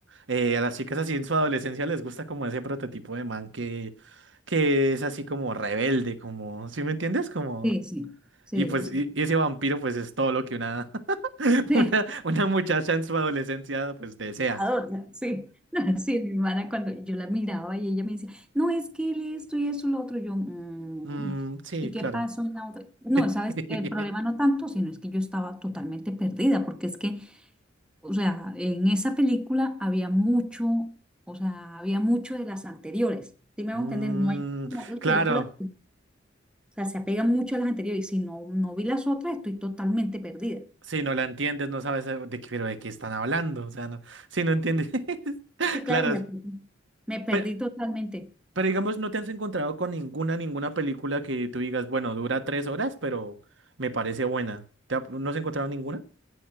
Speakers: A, on the right; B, in the centre.
A: eh, a las chicas así en su adolescencia les gusta como ese prototipo de man que, que es así como rebelde, como, ¿sí me entiendes? Como...
B: Sí, sí, sí,
A: Y pues
B: eso sí.
A: y- y ese vampiro pues es todo lo que una, <laughs>
B: Sí,
A: una, una muchacha en su adolescencia pues desea.
B: adorno, sí. <laughs> Sí, mi hermana cuando yo la miraba y ella me decía, no, es que él esto y eso y lo otro, yo, "Mm,
A: Mm, sí,
B: ¿y qué
A: claro.
B: pasó en la otra? No,
A: <laughs>
B: sabes, el problema no tanto, sino es que yo estaba totalmente perdida, porque es que, o sea, en esa película había mucho, o sea, había mucho de las anteriores. ¿Sí me hago
A: Mm,
B: entender? No hay como otras
A: claro,
B: películas. O sea, se apegan mucho a las anteriores y si no, no vi las otras, estoy totalmente perdida.
A: si no la entiendes, no sabes eh, de qué, pero de qué están hablando, o sea, no, si no entiendes, <laughs>
B: Sí,
A: claro,
B: claro, me, me perdí
A: pero,
B: totalmente.
A: pero digamos, no te has encontrado con ninguna, ninguna película que tú digas, bueno, dura tres horas, pero me parece buena. ¿Te ha- no has encontrado ninguna?